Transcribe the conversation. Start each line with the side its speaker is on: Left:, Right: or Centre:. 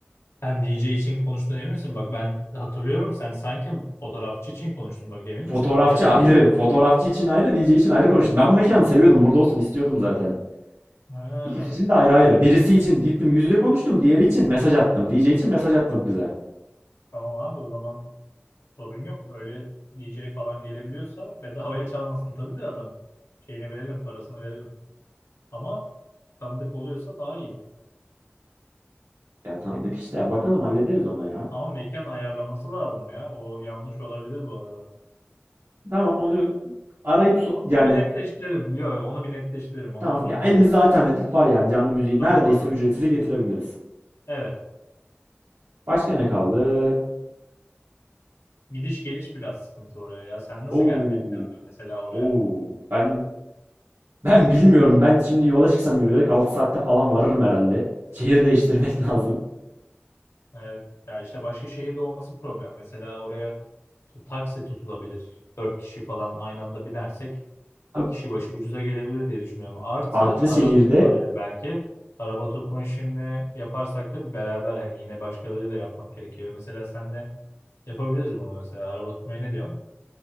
Left: Sen DJ için konuştun emin misin? Bak ben hatırlıyorum sen sanki fotoğrafçı için konuştun. Bak emin
Right: Fotoğrafçı
Left: misin? İyi hatırlıyorum.
Right: ayrı, fotoğrafçı için ayrı, DJ için ayrı konuştum. Ben bu mekanı seviyordum, burada olsun istiyordum zaten.
Left: Ha,
Right: İkisi için de ayrı ayrı. Birisi için gittim yüz yüze konuştum. Diğeri için mesaj attım. DJ için mesaj attım kıza.
Left: tamam abi o zaman sorun yok. Öyle DJ falan gelebiliyorsa bedavaya çalmasın tabii de adam. Şeyini verelim, parasını verelim. Ama tanıdık oluyorsa daha iyi.
Right: Ya tanıdık işte ya. Bakalım hallederiz onu ya.
Left: Ama mekan ayarlaması lazım ya. O yanlış olabilir bu arada.
Right: Tamam onu arayıp so- yani
Left: Onu bir netleştirelim. Yok yok onu bir netleştirelim. Ondan
Right: tamam
Left: sonra
Right: ya elimizde
Left: konu.
Right: alternatif var yani canlı
Left: Ha,
Right: müziği
Left: tamam
Right: neredeyse
Left: abi.
Right: ücretsiz getirebiliriz.
Left: Evet.
Right: Başka ne kaldı?
Left: Gidiş geliş biraz sıkıntı oraya ya. Sen nasıl
Right: Oo.
Left: gelmeyi planlıyorsun mesela oraya?
Right: Oo. Ben ben bilmiyorum. Ben şimdi yola çıksam yürüyerek 6 saatte falan varırım herhalde. Şehir değiştirmek <laughs> lazım.
Left: Evet. Ya işte başka şehirde olması problem. Mesela oraya işte taksi tutulabilir. Dört kişi falan aynı anda binersek
Right: Abi
Left: kişi başı ucuza gelebilir diye düşünüyorum. Artı
Right: farklı
Left: araba
Right: şehirde
Left: tutulabilir belki. Araba tutma işini yaparsak da beraber hani yine başkalarıyla yapmak gerekiyor. Mesela senle yapabiliriz bunu mesela. Araba tutmayı ne diyorsun?